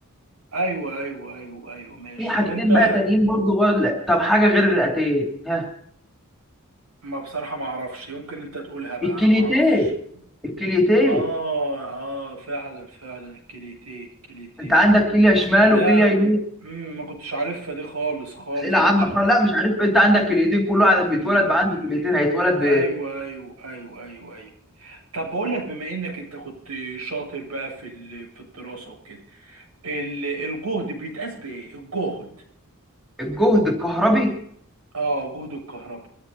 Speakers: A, on the right; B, in the centre.
A: ايوه ايوه ايوه ايوه ماشي
B: في حاجتين
A: طب انت
B: بقى تانيين برضه بقى لا طب حاجة غير الرئتين ها
A: ما بصراحة ما اعرفش يمكن انت تقولها بقى
B: الكليتين
A: انا ما اعرفش
B: الكليتين
A: اه اه فعلا فعلا الكليتيه الكليتيه
B: انت عندك كليه شمال
A: لا
B: وكليه يمين
A: م... مم، ما كنتش عارفها دي خالص خالص
B: اسئله
A: ما
B: عامه
A: كنتش عارفها
B: خالص لا مش عارف انت عندك كليتين كل واحد بيتولد
A: مم،
B: بقى عنده
A: مم.
B: كليتين هيتولد
A: ايوه ايوه ايوه ايوه ايوه طب بقول لك بما انك انت كنت شاطر بقى في ال... في الدراسة وكده ال... الجهد بيتقاس بايه الجهد
B: بالجهد الكهربي
A: اه جهد الكهرباء